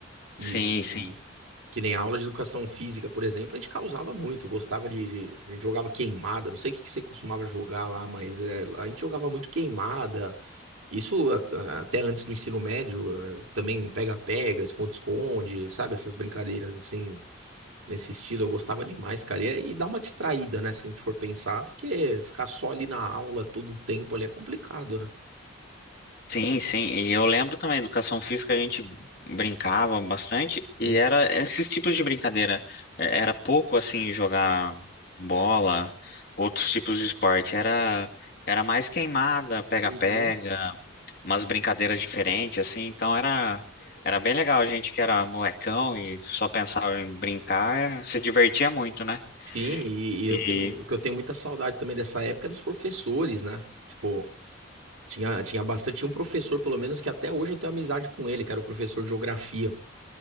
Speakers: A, on the left; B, on the right.
A: sim,
B: E,
A: sim,
B: Que nem a aula de educação física, por exemplo, a gente causava muito, gostava de, de- a gente jogava queimada, não sei o que que você costumava jogar lá, mas é, a gente jogava muito queimada. Isso a- a- até antes do ensino médio, é, também pega-pega, esconde-esconde, sabe? Essas brincadeiras assim, nesse estilo, eu gostava demais, cara. E, é- e dá uma distraída, né, se a gente for pensar, porque ficar só ali na aula todo o tempo ali é complicado, né?
A: Sim, sim, e eu lembro também, educação física a gente brincava bastante e
B: Uhum.
A: era esses tipos de brincadeira. É, Era pouco assim jogar bola, outros tipos de esporte, era era mais queimada, pega-pega,
B: Uhum.
A: umas brincadeiras diferentes assim, então era era bem legal, a gente que era molecão e só pensava em brincar, eh, se divertia muito, né?
B: Sim, e,
A: E
B: e eu tenho, o que eu tenho muita saudade também dessa época é dos professores, né? Tipo, Tinha, tinha bastante, tinha um professor, pelo menos, que até hoje eu tenho amizade com ele, que era o professor de geografia.